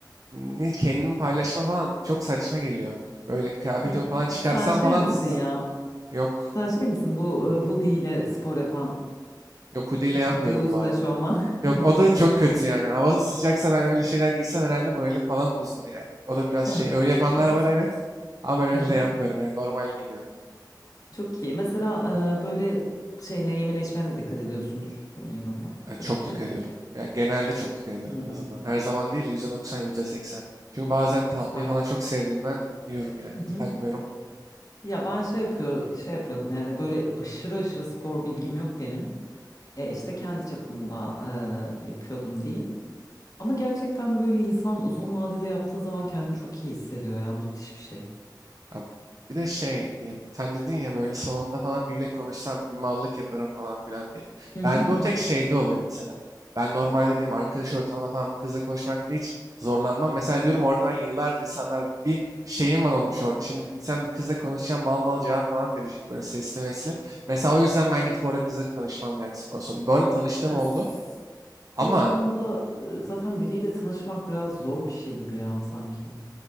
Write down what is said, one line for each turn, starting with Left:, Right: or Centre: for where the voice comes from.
Right: ne kendimi paylaşma falan çok saçma geliyor. Böyle kıyafetimi
Left: Ya,
Right: falan çıkarsam
Left: sen şey
Right: falan
Left: misin
Right: s-
Left: ya?
Right: yok
Left: Sen şey misin bu e, hoodie ile spor yapan?
Right: yok hudiyle yapmıyorum
Left: Hoodie uzun
Right: bu arada.
Left: eşofman. <laughs>
Right: Yok
Left: Ha,
Right: o
Left: Tamam.
Right: da çok kötü yani. Hava sıcaksa ben öyle şeyler giysem herhalde moralim falan bozulur yani. O da biraz
Left: <laughs>
Right: şey. Öyle yapanlar var evet. Ama ben öyle
Left: Aha,
Right: de yapmıyorum yani. Normal giyiniyorum.
Left: Çok iyi. Mesela e, böyle şeyine yemene içmene de dikkat ediyorsundur bunun yanında
Right: Yani
Left: tabii
Right: çok
Left: ki.
Right: dikkat ediyorum. Yani genelde çok dikkat ediyorum
Left: Hmm,
Right: en azından. Her zaman değil de %90, %80. Çünkü bazen tatlıyı
Left: güzel.
Right: falan çok sevdiğimden yiyorum yani.
Left: Hı hı.
Right: Takmıyorum.
Left: Ya ben şey yapıyor, şey yapıyordum yani böyle aşırı aşırı spor bilgim yok benim. E, işte kendi çapımda e, yapıyordum diyeyim. Ama gerçekten böyle insan uzun vadede yaptığı zaman kendini çok iyi hissediyor yani müthiş bir şey.
Right: Ya bir de şey diyeyim. Sen dedin ya böyle salonda falan biriyle konuşsam bir mallık yaparım falan filan diye.
Left: Hı
Right: Bende
Left: hı hı.
Right: o
Left: hı.
Right: tek şeyde oluyor mesela. Ben normalde diyeyim arkadaş ortamına falan bir kızla konuşmakta hiç zorlanmam. Mesela diyorum orada ben yıllardır insanlar bir şeyim var olmuş orada. Şimdi gitsem bir kızla konuşacağım mal mal cevap falan verecek böyle sesli mesli. Mesela o yüzden ben gidip orada kızla tanışmam yani spor salonu. Bu arada tanıştığım
Left: Ya
Right: oldu
Left: spor
Right: ama
Left: salonunda e, zaten biriyle tanışmak biraz zor bir şey gibi ya sanki.